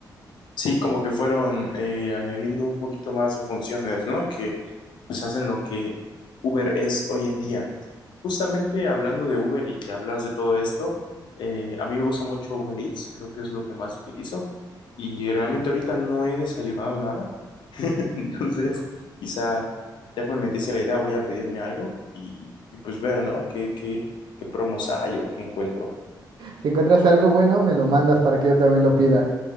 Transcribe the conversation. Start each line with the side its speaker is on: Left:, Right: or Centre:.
Left: Sí, como que fueron eh, añadiendo un poquito más de funciones, ¿no? Que pues hacen lo que Uber es hoy en día. Justamente hablando de Uber y que hablas de todo esto, eh, a mí me gusta mucho Uber Eats, creo que es lo que más utilizo. Y realmente ahorita no he desayunado nada, <laughs> entonces quizá ya que me metiste la idea, voy a pedirme algo y, y pues ver, ¿no? ¿Qué, qué, qué promos hay o qué encuentro?
Right: Si encuentras algo bueno, me lo mandas para que yo también lo pida.